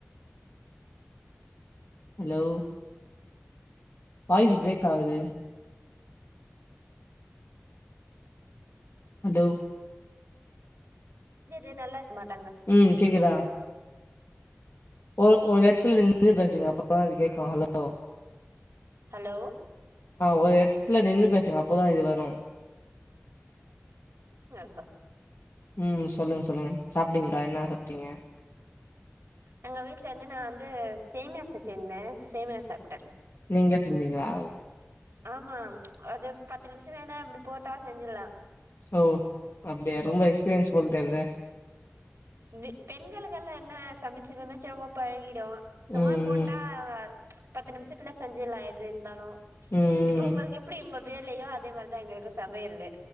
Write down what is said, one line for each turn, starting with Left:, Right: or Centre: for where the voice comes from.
Left: ஹலோ வாய்ஸ் பிரேக் ஆகுது ஹலோ
Right: இது <unintelligible>
Left: உம் கேக்குதா ஒரு ஒரு இடத்துல நின்னு பேசுங்க அப்பதா அது கேக்கும் ஹலோ
Right: ஹலோ
Left: ஆஹ் ஒரு இடத்துல நின்னு பேசுங்க அப்போதான் இது வரும்
Right: அ
Left: உம் சொல்லுங்க சொல்லுங்க சாப்டீங்களா என்ன சாப்டீங்க
Right: எங்க வீட்டு்ல இருந்து நான் வந்து சேமியாசை செங்சிருந்தே சேமியா சாப்பிட்டே
Left: நீங்க செஞ்சிங்களா
Right: ஆமா அது பத்து நிமிஷோ வேல அப்டி போட்டா செஞ்சிடலா
Left: ஓ அப்டியா ரொம்ப எக்ஸ்பீரியன்ஸ் போல தெரியது
Right: பெ பெண்களுக்கெல்லாம் என்ன சமைச்சு சமைச்சு ரொம்ப பழகிடும் சும்மா
Left: ம்,
Right: போட்டா
Left: ம்,
Right: பத்து நிமிஷத்துல செஞ்சில்லாம் எது இருந்தாலும்
Left: ம், ம்.
Right: இப்ப உங்களுக்கு எப்படி உங்க வேலையோ அதே மாரிதான் எங்களுக்கு சமையல்லு